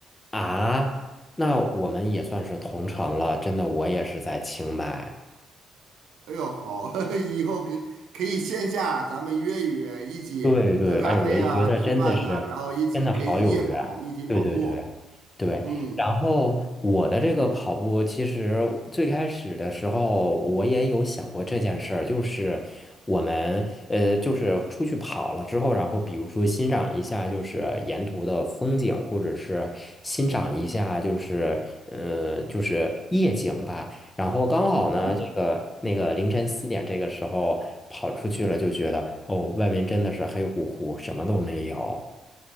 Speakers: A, on the left; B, on the right.
A: 啊？那我们也算是同城了，真的，我也是在清迈。
B: 哎呦，好，<laughs> 以后可可以线下咱们约一约，一起喝咖啡啊，
A: 对对，哎，我就觉得真的是，
B: 吃饭呐，然后一起可以夜跑，
A: 真的好有缘。
B: 一起跑步。
A: 对对对对，
B: 嗯
A: 然后我的这个跑步，其实最开始的时候，我也有想过这件事儿，就是我们呃，就是出去跑了之后，然后比如说欣赏一下就是沿途的风景，或者是欣赏一下就是呃，就是夜景吧。然后刚好呢，
B: 嗯，
A: 这个那个凌晨四点这个时候跑出去了，就觉得哦，外面真的是黑乎乎，什么都没有。